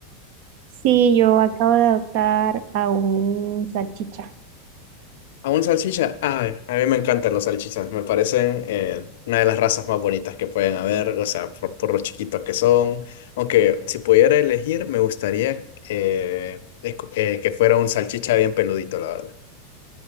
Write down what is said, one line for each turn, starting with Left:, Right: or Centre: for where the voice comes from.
Right: Sí, yo acabo de adoptar a un salchicha.
Left: ¿A un salchicha? Ay, a mí me encantan los salchichas, me parecen eh, una de las razas más bonitas que pueden haber, o sea, por, por lo chiquitos que son. Aunque si pudiera elegir, me gustaría eh, esco- eh, que fuera un salchicha bien peludito, la verdad.